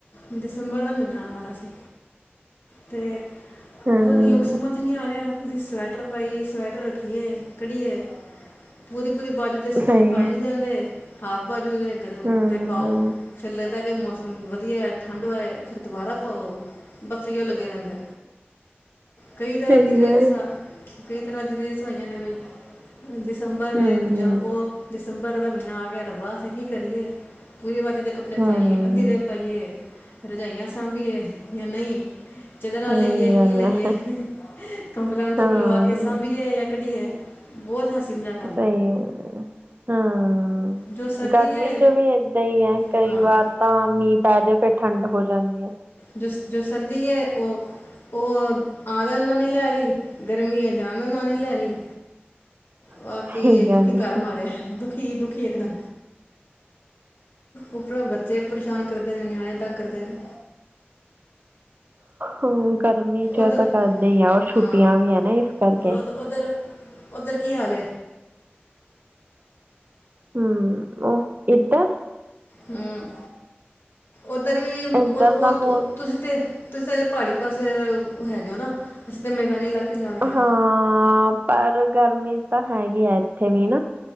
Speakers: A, on the left; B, on the right.
A: ਦਸੰਬਰ ਦਾ ਮਹੀਨਾ ਆਉਣ ਵਾਲਾ ਸੀ ਤੇ
B: ਹੂੰ
A: ਓਰ ਲੋਕ ਸਮਝ ਨਈ ਆ ਰਿਆ ਐ, ਅਸੀਂ ਸਵੈਟਰ ਪਾਈਏ, ਸਵੈਟਰ ਰੱਖੀਏ ਕੱਢੀਏ। ਪੂਰੀ-ਪੂਰੀ ਬਾਜੂ ਤੇ ਸੂਟ
B: ਸਹੀ
A: ਪਾਏ
B: ਹੈ
A: ਨੀ ਜਾਂਦੇ, ਹਾਫ ਬਾਜੂ ਦੇ ਗਰੋ
B: ਹੂੰ
A: ਤੇ ਪਾਓ। ਫਿਰ ਲੱਗਦਾ ਕਿ ਮੌਸਮ ਵਦੀਆ ਐ, ਠੰਡ ਵੈ, ਫਿਰ ਦੁਬਾਰਾ ਪਾਓ। ਸਈਉ ਲੱਗੇ ਰਹਿੰਦਾ, ਕਈ ਤਾਂ
B: ਸਹੀ
A: ਅਦੀ ਰਿਲਸ
B: ਗੱਲ
A: ਆ ਕਈ ਤਰਾਂ ਦੀ ਰੀਲਸ ਆਈਆਂ ਨੇ ਵੀ ਦਸੰਬਰ ਵੇ
B: ਹੂੰ ਹੂੰ
A: ਜਾਂ ਉਹ ਦਸੰਬਰ ਦਾ ਮਹੀਨਾ ਆ ਗਿਆ ਹੈ। ਰੱਬਾ ਅਸੀਂ ਕੀ ਕਰੀਏ ਪੂਰੀ ਬਾਜ਼ੂ ਦੇ ਕੱਪੜੇ
B: ਹੂੰ
A: ਪਾਈਏ, ਅੱਧੀ ਦੇ ਪਾਈਏ, ਰਜਾਈਆਂ ਸਾਂਬੀਏ ਯਾ ਨਈ। ਚਦਰਾ
B: ਸਹੀ
A: ਲਈਏ,
B: ਗੱਲ
A: ਕੀ ਲਈਏ,
B: ਹੈ
A: ਕੰਬਲਾ ਨੂੰ ਧੁੱਪ
B: ਹਾਂ
A: ਲਵਾ ਕੇ ਸਾਂਬੀਏ ਯਾ ਕਢੀਏ ਬਹੁਤ ਹਸੀ ਮਜਾਕ
B: ਸਈ ਐ, ਹਾਂ।
A: ਜੋ ਸਰਦੀ
B: ਗਰਮੀ
A: ਹੈ
B: ਚ ਵੀ ਏਦਾ ਈ ਐ, ਕਈ
A: ਹਾਂ
B: ਵਾਰ ਤਾਂ ਮੀਹ ਪੈ ਜੇ ਫਿਰ ਠੰਡ ਹੋ ਜਾਂਦੀ ਐ।
A: ਜੋ, ਜੋ ਸਰਦੀ ਐ ਉਹ, ਉਹ <unintelligible> ਲੈ ਰਈ ਗਰਮੀ ਐ ਜਾ ਮੈਂ ਮਨ ਨੀ ਲੈ ਰੀ ਬਾਕੀ
B: ਸਹੀ ਗੱਲ
A: ਦੁਖੀ ਕਰ ਮਾਰਯਾ,
B: ਹਮ
A: ਦੁਖੀ, ਦੁਖੀ ਇਕ ਦਮ ਉਪਰੋ ਬੱਚੇ ਪਰੇਸ਼ਾਨ ਕਰਦੇ ਨੇ, ਨਿਆਣੇ ਤਂਗ ਕਰਦੇ ਨੇ
B: ਹੂੰ, ਗਰਮੀ ਚ ਐ,
A: ਉਧਰ
B: ਤਾਂ ਕਰਦੇ ਈ ਆ ਓਰ
A: ਹਾਂ
B: ਛੁਟੀਆਂ ਵੀ ਐ ਨਾ ਇਸ ਕਰਕੇ
A: ਔਰ ਉਧਰ- ਉਧਰ ਕੀ ਹਾਲ
B: ਹੂ ਉਹ ਇਦਰ
A: ਹੂੰ ਉੱਧਰ ਵੀ ਉਹ
B: ਇੱਧਰ ਦਾ ਮੌਸਮ
A: ਤੁਸੀਂ ਤੇ। ਤੁਸੀਂ ਤਾਂ ਪਹਾੜੀ ਪਾਸੇ ਦੇ ਹੈਗੇ ਉਹ ਨਾ ਅਸੀਂ ਤੇ ਮੈਦਾਨੀ ਇਲਾਕੇ। 'ਚ ਆ ਗਏ
B: ਹਾਂ ਪਰ ਗਰਮੀ ਤਾਂ ਹੈਗੀ ਹੈ ਇੱਥੇ ਵੀ ਨਾ।